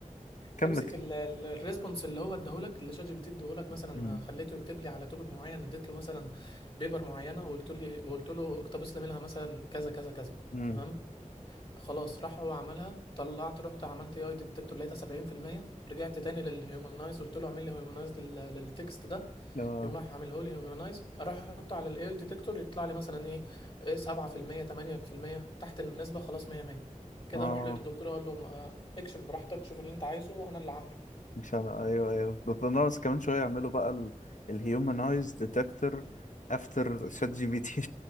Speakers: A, on the left (about 70°); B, on the left (about 40°).
A: كمل
B: تمسك
A: كده.
B: ال- ال- الريسبونس اللي هو اداهولك اللي شات جي بي تي اداهولك مثلا أنا
A: امم
B: خليته يكتب لي على توبيك معين اديت له مثلا بيبر معينه وقلت لي وقلت له اقتبس لي منها مثلا كذا كذا كذا
A: امم
B: تمام خلاص راح هو عملها طلعت رحت عملت اي اي ديتكتور لقيتها 70% رجعت تاني للهيومنايز قلت له اعمل لي هيومنايز للتكست ده
A: اه
B: يقوم راح عامله لي هيومنايز اروح احطه على الاي اي ديتكتور يطلع لي مثلا ايه إيه 7% 8% تحت النسبه خلاص 100 100 كده
A: اه
B: اروح للدكتور اقول له ما- اكشف براحتك شوف اللي انت عايزه انا اللي عامله
A: مش انا ايوه ايوه ده ده ناقص كمان شوية يعملوا بقى الهيومنايز ديتكتور افتر شات جي بي تي